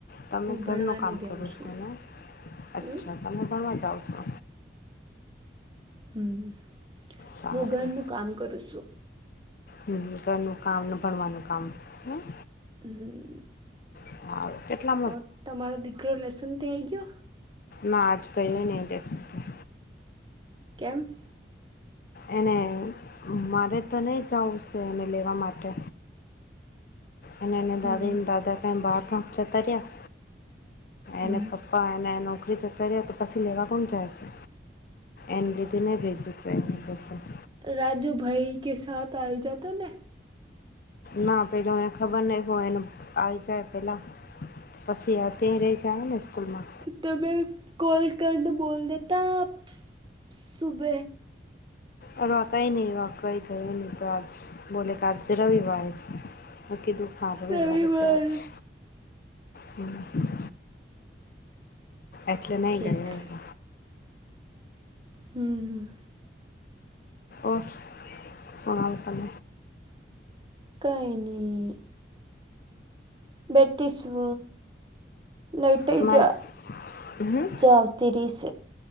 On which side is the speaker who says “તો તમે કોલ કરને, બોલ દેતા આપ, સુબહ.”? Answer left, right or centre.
Right